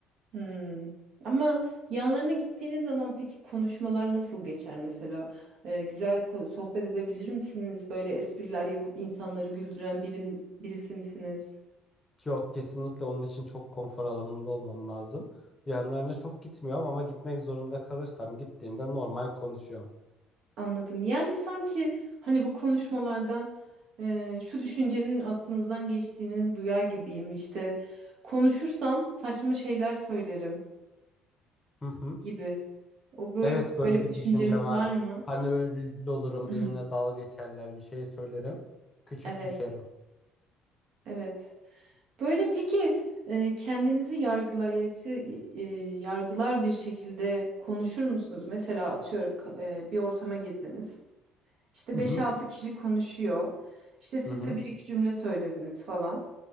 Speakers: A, on the right (about 65°); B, on the left (about 30°).
A: Hmm. Ama yanlarına gittiğiniz zaman peki konuşmalar nasıl geçer mesela? Ee, güzel ko- sohbet edebilir misiniz? Böyle espriler yapıp insanları güldüren biri, mi- birisi misiniz?
B: Yok kesinlikle onun için çok konfor alanımda olmam lazım. Yanlarına çok gitmiyorum ama gitmek zorunda kalırsam gittiğinde normal konuşuyorum.
A: Anladım. Yani sanki hani bu konuşmalardan e, şu düşüncenin aklınızdan geçtiğini duyar gibiyim. İşte konuşursam saçma şeyler söylerim
B: Hı hı.
A: gibi. O böyle
B: Evet böyle
A: böyle bir
B: bir
A: düşünceniz
B: düşünce var.
A: var mı?
B: Hani böyle rezil olurum
A: <clears throat>
B: benimle dalga geçerler bir şey söylerim. Küçük
A: Evet,
B: düşerim.
A: evet. Böyle peki e, kendinizi yargılayıcı e, yargılar bir şekilde konuşur musunuz? Mesela atıyorum ka- e, bir ortama girdiniz. İşte
B: Hı
A: beş-altı
B: hı.
A: kişi konuşuyor. İşte siz
B: Hı hı.
A: de bir iki cümle söylediniz falan.